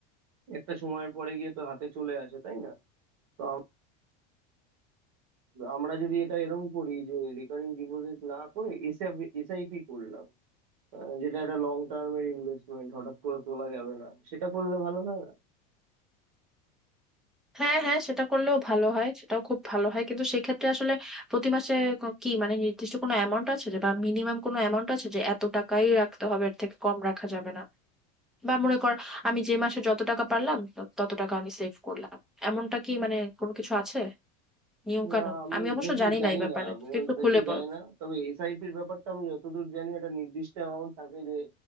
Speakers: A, on the right; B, in the centre.
A: একটা সময়ের পরে গিয়ে তো হাতে চলে আসে তাই না তো আম- আমরা যদি এটা এরকম করি যে রেকারিং ডিপোজিট না করে এসআইপি করলাম আহ, যেটা একটা লং টার্মের ইনভেস্টমেন্ট হঠাৎ করে তোলা যাবে না সেটা করলে ভালো হয় না
B: হ্যাঁ হ্যাঁ সেটা করলেও ভালো হয় সেটাও খুব ভালো হয় কিন্তু সেক্ষেত্রে আসলে প্রতি মাসে ক- কি মানে নির্দিষ্ট কোনো অ্যামাউন্ট আছে যে বা মিনিমাম কোনো অ্যামাউন্ট আছে যে এত টাকাই রাখতে হবে এর থেকে কম রাখা যাবে না বা মনে কর আমি যে মাসে যত টাকা পারলাম ত- তত টাকা আমি সেভ করলাম এমনটা কি মানে কোনো কিছু আছে নিয়ম
A: না
B: কানুন
A: আমি
B: আমি
A: এক্স্যাক্টলি
B: অবশ্য জানি
A: জানি
B: না এই ব্যাপারে
A: না আমিও
B: তুই একটু
A: এক্স্যাক্টলি
B: খুলে বল
A: জানি না তবে এসআইপির ব্যাপারটা আমি যতদূর জানি একটা নির্দিষ্ট অ্যামাউন্ট থাকে যে